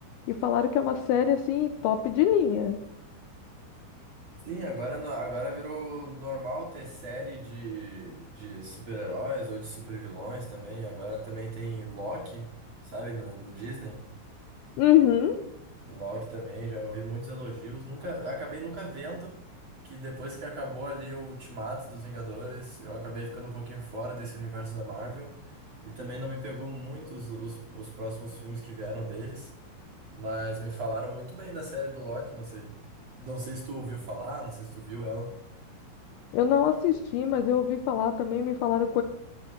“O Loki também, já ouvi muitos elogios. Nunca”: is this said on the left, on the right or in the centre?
Right